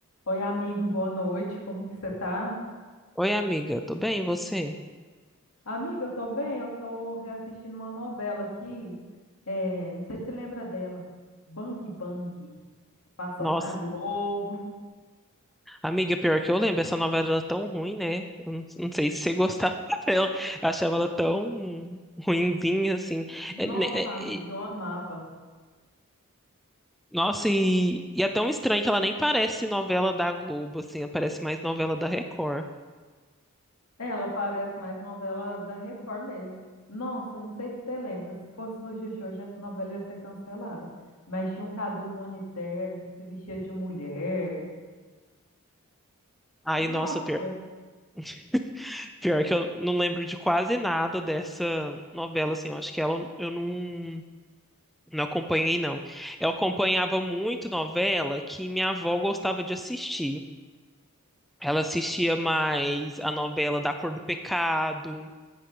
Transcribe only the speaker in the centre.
Oi, amiga, tudo bem? E você?
Nossa,
amiga, pior que eu lembro, essa novela era tão ruim, né? Eu Não, não sei se você gostava <laughs> dela. Eu achava ela tão ruinzinha, assim.
É, né, é,
e-
nossa, e, e é tão estranho que ela nem parece novela da Globo, assim, ela parece mais novela da Record.
Aí,
nossa, pior, <laughs> pior que eu não lembro de quase nada dessa novela, assim, eu acho que ela eu não, não acompanhei, não. Eu acompanhava muito novela que minha avó gostava de assistir. Ela assistia mais a novela Da Cor do Pecado,